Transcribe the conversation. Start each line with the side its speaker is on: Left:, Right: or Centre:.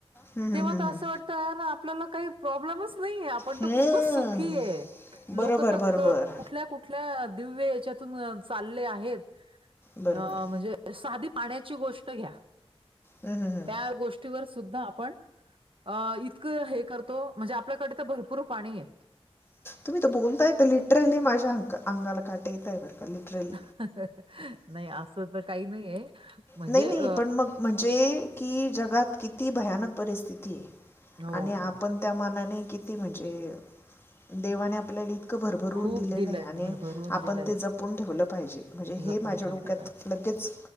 Left: हं, हं,
Right: तेव्हा
Left: हं,
Right: तर
Left: हं.
Right: असं वाटतं यार आपल्याला काही प्रॉब्लेमच नाहीे हे आपण
Left: हं.
Right: त खूपच सुखी हे.
Left: बरोबर
Right: लोकं त
Left: बरोबर
Right: क कुठल्या कुठं कुठल्या दिव्य याच्यातून चालले आहेत
Left: बरोबर
Right: अं म्हणजे साधी पाण्याची गोष्ट घ्या
Left: हम्म, हम्म, हम्म.
Right: त्या गोष्टीवर सुद्धा आपण अ इतकं हे करतो म्हणजे आपल्याकडे तर भरपूर पाणी हे.
Left: तुम्ही त बोलताय त लिटरली माझ्या आंक अंगाला काटं येतायं बरं का लिटरली.
Right: नाही आसं त काही नाहीये. म्हणजे
Left: नाही नाही
Right: अ,
Left: पण मग म्हणजे की जगात किती भयानक परिस्थिती हे.
Right: हो,
Left: आणि आपण
Right: हो.
Left: त्या मानाने किती म्हणजे देवाने आपल्याली इतकं भरभरून
Right: खूप
Left: दिलेलं
Right: दिलंय
Left: हे आणि
Right: भरभरून
Left: आपण
Right: दिलंय
Left: ते जपून ठेवलं पाहिजे, म्हणजे हे
Right: जपून
Left: माझ्या
Right: ठेवलं
Left: डोक्यात
Right: पाहिजे.
Left: लगेच.